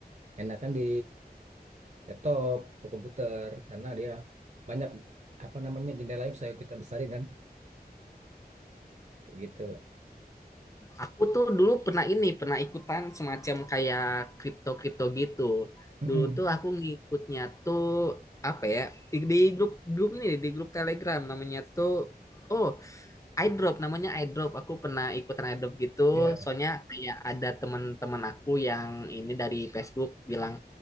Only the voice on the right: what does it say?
enakan di laptop atau komputer karena dia banyak apa namanya jendela yang bisa kita besarin kan kayak gitu.
Mm-mm.
Iya,